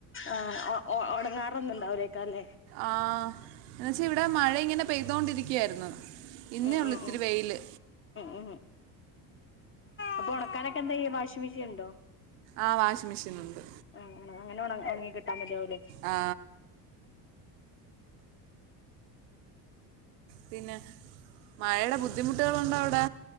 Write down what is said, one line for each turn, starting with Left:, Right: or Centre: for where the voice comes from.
Left: ആഹ് ഒണങ്ങാറ് ഒന്നുണ്ടാവലേക്കാലേ അല്ലേ
Right: ആഹ് എന്നുവച്ചാ ഇവിടെ മഴ ഇങ്ങനെ പെയ്തോണ്ടിരിക്കുയായിരുന്നു ഇന്നേ
Left: ഉം
Right: ഉള്ളു
Left: ഉം
Right: ഇത്തിരി
Left: ഉം
Right: വെയില്
Left: ഉം ഉം അപ്പൊ ഉണക്കാനൊക്കെന്താ ചെയ്ശാ വാഷിംഗ്‌ മെഷീൻ ഉണ്ടോ
Right: ആഹ് വാഷിംഗ്‌ മെഷീൻ ഉണ്ട്
Left: ഉം ഉം അങ്ങനെ ഉണങ്ങി കിട്ടാ മതിയാകുലെ
Right: ആ പിന്നെ മഴയുടെ ബുദ്ധിമുട്ടുകളുണ്ടോ അവിടെ